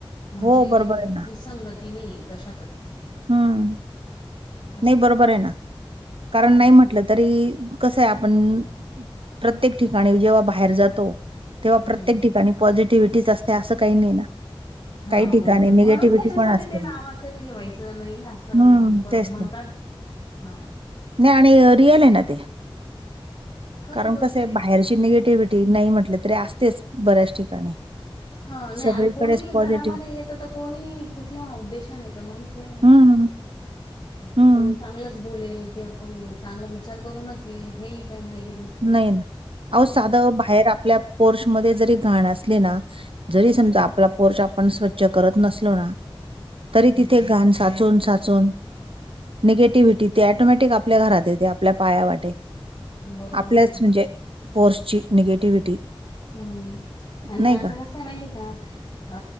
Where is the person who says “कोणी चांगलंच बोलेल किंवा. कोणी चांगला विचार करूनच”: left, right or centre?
Left